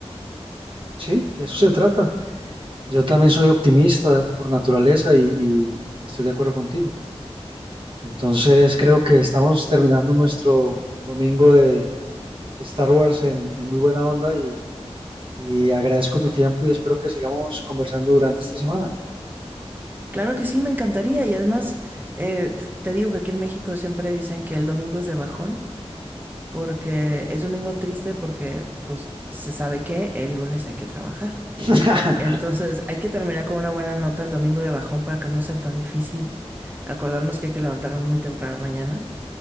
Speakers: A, on the right; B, on the right.
A: Sí, de eso se trata. Yo también soy optimista por naturaleza y, y- y estoy de acuerdo contigo. Entonces creo que estamos terminando nuestro domingo de Star Wars en, en muy buena onda y, y agradezco tu tiempo y espero que sigamos conversando durante esta semana.
B: Claro que sí, me encantaría y además eh, te te digo que aquí en México siempre dicen que el domingo es de bajón, porque es domingo triste porque pues se sabe que el lunes hay que trabajar.
A: <laughs>
B: Entonces, hay que terminar con una buena nota el domingo de bajón para que no sea tan difícil. Acordarnos que hay que levantarnos muy temprano mañana.